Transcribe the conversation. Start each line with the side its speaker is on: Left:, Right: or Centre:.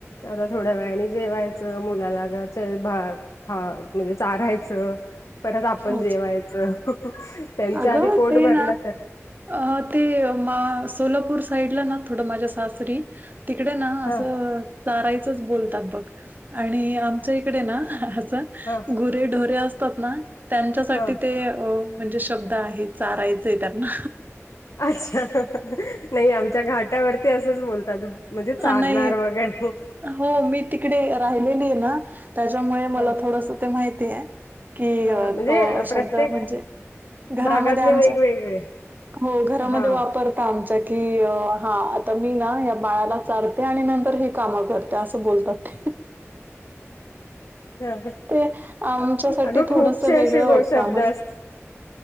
Left: आता थोड्या वेळाने जेवायचं मुलाला गा भाग खात म्हणजे चारायचं परत आपण
Right: अच्छा
Left: जेवायचं. त्यांच
Right: अगं
Left: आधी पोट
Right: ते
Left: भरलं
Right: ना
Left: तर.
Right: अ. ते सोलापूर साईडला ना? थोडं माझ्या सासरी- तिकडे ना असं-
Left: हा
Right: चारायचच बोलतात बघ. आणि आमच्या इकडे ना असं-
Left: हा.
Right: गुरे ढोरे असतात ना त्यांच्यासाठी
Left: हा
Right: ते- म्हणजे शब्द आहे चारायचय त्यांना.
Left: अच्छा. नाही आमच्या घाटावरती असंच बोलतात. त म्हणजे चारणार
Right: नाही
Left: वगैरे.
Right: हो. मी तिकडे राहिलेली आहे ना, त्याच्यामुळे मला
Left: ह
Right: थोडस- ते माहितीय. की
Left: ह म्हणजे
Right: तो शब्द
Left: प्रत्येक
Right: म्हणजे- घरामध्ये
Left: भागातले
Right: आमच्या.
Left: वेगवेगळे
Right: हो घरामध्ये
Left: हा
Right: वापर- आमच्या की. हा. आता मी ना या बाळाला- चारतो आणि नंतर हे काम करतो. असं बोलतात.
Left: ह
Right: तो. आमच्यासाठी
Left: अगं
Right: थोडस
Left: खूपसे
Right: वेगळं
Left: असे गो
Right: वाटतं
Left: शब्द
Right: आम्हाला.